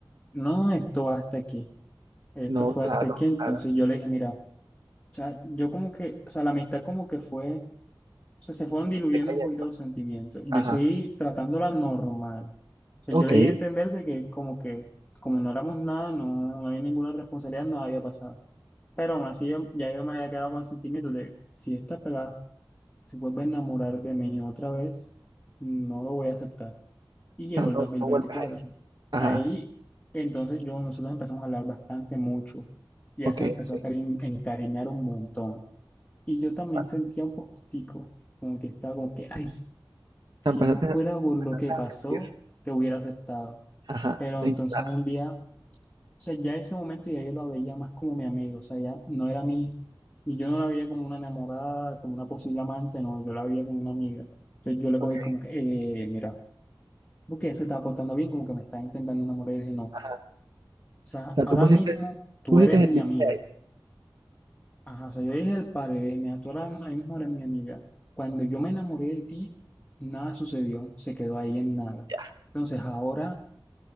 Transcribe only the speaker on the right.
No,
claro,
claro,
te cayendo.
Ajá,
ok.
O
sea, no,
no vuelves ahí. Ajá,
ok,
ok.
Vale.
O
sea, empezaste,
a
empezaste
a sentir.
Ajá,
y
claro,
ok,
ajá.
O sea,
tú pusiste,
tú pusiste
el
límite
ahí.
Ya.